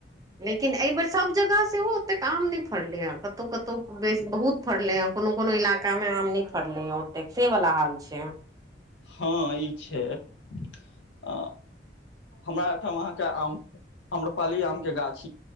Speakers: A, on the right; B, on the left.
A: लेकिन एहि बेेर सभ जगह सेहो एतेक आम नहि फड़ल हे कतहु कतहु बहुत फड़ल हे कोनो कोनो इलाका मे आम न फड़ले ह तेक से वला हाल छै
B: हँ ई छै आ हमरा एहिठाम अहाँ के आम आम्रपाली आम के गाछ